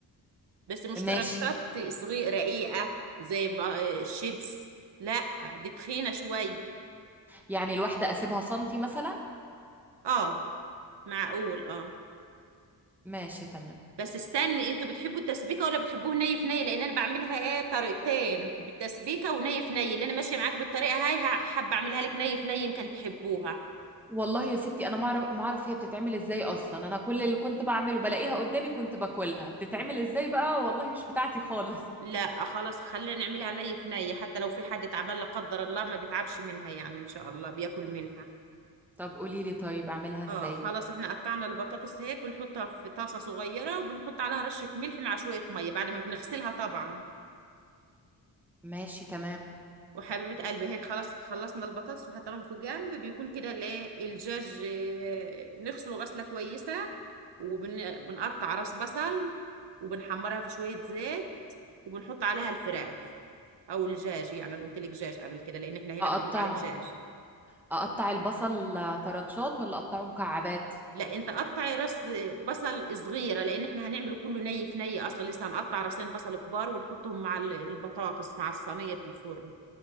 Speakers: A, on the right; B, in the centre.
A: بس مش
B: ماشي
A: طرنشات صغيرة رقيقة زي ب- الشيبس لا دي تخينة شوي
B: يعني الواحدة اسيبها سنتي مثلا
A: اه معقول اه
B: ماشي تمام
A: بس استني انتوا بتحبوا التسبيكه ولا بتحبوه ني في ني لان انا بعملها ايه طريقتين بالتسبيكه وني في ني اللي انا ماشيه معاك بالطريقه هاي ه- حابه اعملها لك ني في ني يمكن تحبوها
B: والله يا ستي انا ما اعرف ما اعرف هي بتتعمل ازاي اصلا انا كل اللي كنت بعمله بلاقيها قدامي كنت باكلها بتتعمل ازاي بقى والله مش بتاعتي خالص
A: لا خلاص خلينا نعملها ني في ني حتى لو في حد تعبان لا قدر الله ما بيتعبش منها يعني ان شاء الله بياكل منها
B: طب قولي لي طيب اعملها ازاي
A: اه خلاص احنا قطعنا البطاطس هيك بنحطها في طاسه صغيره وبنحط عليها رشه ملح مع شويه ميه بعد ما بنغسلها طبعا
B: ماشي تمام
A: وحبيبة قلبي هيك خلاص خلصنا البطاطس وحطيناهم في جنب بيكون كده الايه الجاج آه، نغسله غسلة كويسة وبنقطع راس بصل وبنحمرها في شوية زيت وبنحط عليها الفراخ او الجاج يعني انا قلت لك جاج قبل كده لان احنا هنا
B: اقطع
A: بنقول عليه جاج
B: اقطع البصل آه، طرنشات ولا اقطعه مكعبات
A: لا انت قطعي راس بصل صغيرة لان احنا هنعمله كله ني في ني اصلا لسه هنقطع راسين بصل كبار ونحطهم مع ال- البطاطس مع الصينية في الفرن